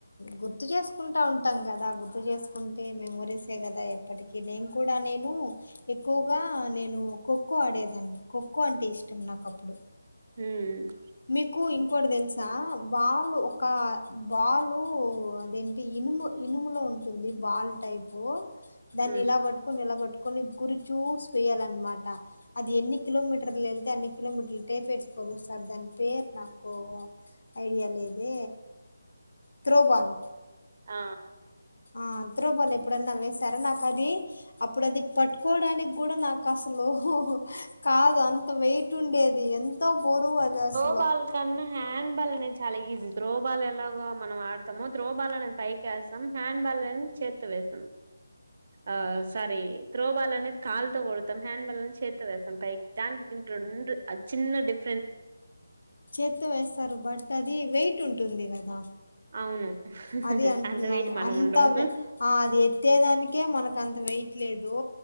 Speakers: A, on the left; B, on the right.
A: గుర్తు చేసుకుంటూ ఉంటాం కదా గుర్తు చేసుకుంటే మెమోరీసే కదా ఎప్పటికీ నేను కూడా నేను ఎక్కువగా నేను ఖోఖో ఆడేదాన్ని ఖోఖో అంటే ఇష్టం నాకుప్పుడు
B: మ్...
A: మీకు ఇంకోటి తెలుసా బాలు ఒక బాలు దేని ఇనుము ఇనుములో ఉంటుంది బాల్ టైపో దాన్ని
B: హ్మ్
A: ఇలా పట్టుకొని ఇలాపట్టుకొని గురిచూ చేయ్యాలన్నమాట అది ఎన్ని కిలోమీటర్లు వెళ్తే అన్ని కిలోమీటర్లు టేపేర్చుకోనీ సార్ దానికి పేరు నాకు ఐడియా లేదు త్రోబాల్
B: ఆ.. ఆ..
A: ఆ త్రో బాల్ ఎప్పుడన్నా వేసారా నాకు అది, అప్పుడు అది పట్టుకోవడానికి కూడా నాకు అసలు కాదు అంత వెయిట్ ఉండరు ఇంకా బోర్ వేయస్
B: ఫుట్ బాల్ కన్నా హ్యాండ్ బాల్ నే చాలా ఈజీ త్రో బాల్ ఎలాగో మనం ఆడతామో త్రో బాల్ అనేది పైకి వేస్తాం హ్యాండ్ బాల్ అనేది చేత్తో వేస్తాం ఆ సారీ త్రో బాల్ అనేది కాళ్తో కొడతాం హ్యాండ్ బాల్ చేత్తో వేస్తాం పై దానికి దీనికి రెండు చిన్న డిఫ
A: చేత తో వేస్తారు బట్ అది వెయిట్ ఉంటుంది కదా
B: అవును
A: అది అంటున్నాను
B: అంత వెయిట్ మనం
A: అంత
B: ఉండము
A: అవె అది ఎత్తెదానికే మనకు అంత వెయిట్ లేదో